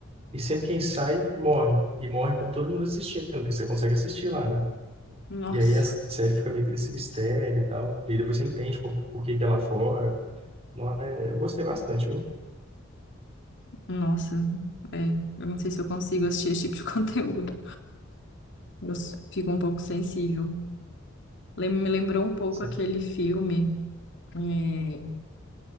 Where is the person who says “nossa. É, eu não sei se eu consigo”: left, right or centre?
Left